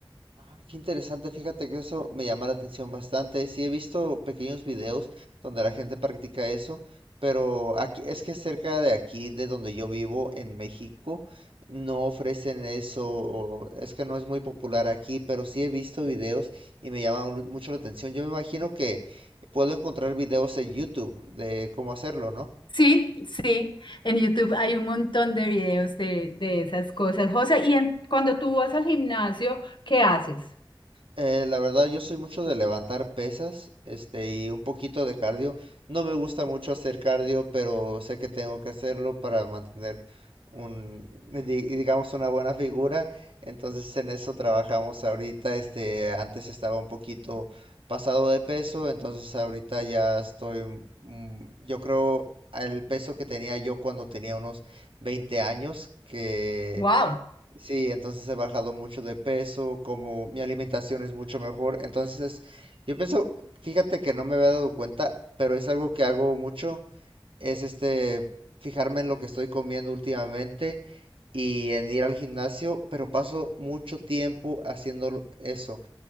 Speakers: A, on the right (about 80°); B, on the left (about 60°).
A: Ah, qué interesante, fíjate que eso me llama la atención bastante. Sí, he visto pequeños videos donde la gente practica eso, pero aquí es que cerca de aquí, de donde yo vivo, en México, no ofrecen eso, o es que no es muy popular aquí, pero sí he visto videos y me llama mu- mucho la atención. Yo me imagino que puedo encontrar videos en YouTube de cómo hacerlo, ¿no?
B: Sí, sí, en YouTube hay un montón de videos de, de esas cosas. José, y en- cuando tú vas al gimnasio, ¿qué haces?
A: Eh, la verdad, yo soy mucho de levantar pesas, este, y un poquito de cardio. No me gusta mucho hacer cardio, pero sé que tengo que hacerlo para mantener un, di- digamos, una buena figura. Entonces, en eso trabajamos ahorita. Este, antes estaba un poquito pasado de peso, entonces ahorita ya estoy, mm, yo creo, al peso que tenía yo cuando tenía unos 20 años, que
B: Wow,
A: Sí, entonces he bajado mucho de peso, como mi alimentación es mucho mejor. Entonces, yo pienso, fíjate que no me había dado cuenta, pero es algo que hago mucho, es este, fijarme en lo que estoy comiendo últimamente y en ir al gimnasio, pero paso mucho tiempo haciendo eso